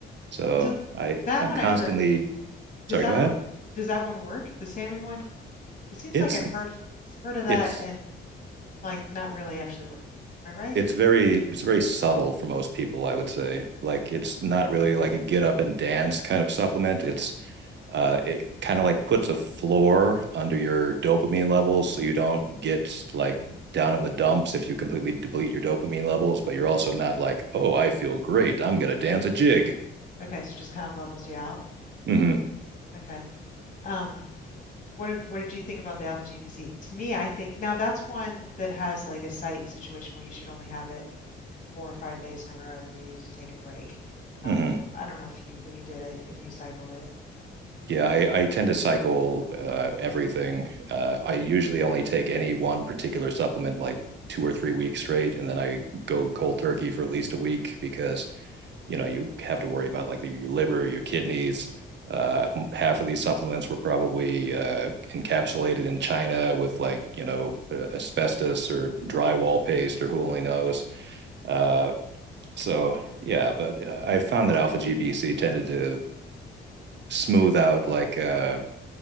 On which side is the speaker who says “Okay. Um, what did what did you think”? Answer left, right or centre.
Left